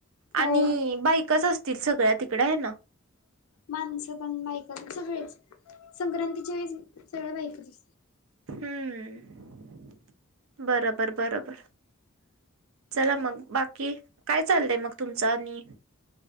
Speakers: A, on the right; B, on the left.
A: आणि
B: हो
A: बायकच असतील सगळ्या तिकड हाय ना?
B: माणसं पण बायक पण सगळेच संक्रांतीच्या वेळेस सगळ्या बायकच.
A: हम्म बरोबर बरोबर. चला मग, बाकी काय चाललंय मग तुमचं आणि?